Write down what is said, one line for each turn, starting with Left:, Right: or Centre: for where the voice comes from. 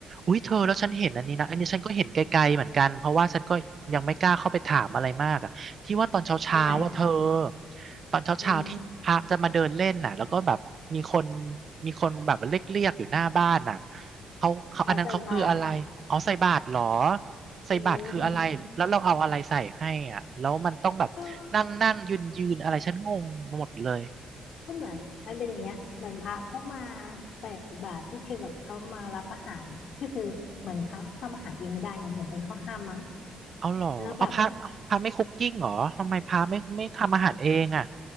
Right: อุ้ยเธอแล้วฉันเห็นอันนี้นะอันนี้ฉันก็เห็นไกลๆเหมือนกันเพราะว่าฉันก็ยังไม่กล้าเข้าไปถามอะไรมากอ่ะที่ว่าตอนเช้าๆว่าเธอ
Left: อันไหน
Right: ตอนเช้าๆที่พระจะมาเดินเล่นน่ะแล้วก็แบบมีคน
Left: อืม
Right: มีคนแบบเรียกๆอยู่หน้าบ้านน่ะเขาเขาอันนั้นเขาคืออะไรอ๋อใส่บาตรเหรอ
Left: เอาใส่บาตร
Right: ใส่บาตรคืออะไรแล้วเราเอาอะไรใส่ให้อ่ะแล้วมันต้องแบบนั่งนั่งยืนยืนอะไรฉันงงหมดเลย
Left: เออก็ก็เหมือนมันเป็นอย่างเงี้ยเหมือนพระเข้ามาใส่บาตรก็คือแบบเขามารับอาหารก็คือเหมือนพระทำอาหารเองไม่ได้ไงเหมือนเป็นข้อห้ามมั้ง
Right: เอาเหรอเอาพระพระไม่คุกกิ้งเหรอทำไมพระไม่ไม่ทำอาหารเองอ่ะ
Left: แล้วแบบ